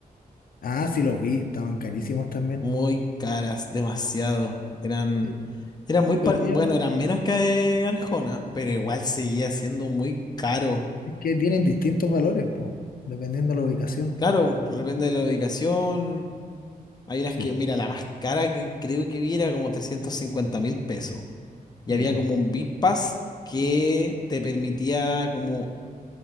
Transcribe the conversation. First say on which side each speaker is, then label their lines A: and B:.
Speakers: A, on the left (about 65°); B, on the left (about 25°).
A: Ah, sí, los vi, estaban carísimos también.
B: muy caras, demasiado, eran,
A: Sí.
B: eran muy, par-
A: Pero bien,
B: bueno,
A: ¿no?
B: eran menos que Arjona, pero igual seguía siendo muy caro.
A: es que tienen distintos valores, pues, dependiendo de la ubicación.
B: Claro, depende de la ubicación, Hay unas
A: Sí,
B: que, mira, la más cara que creo que vi era como 350 mil pesos. Y
A: ya,
B: había como un VIP Pass que te permitía como,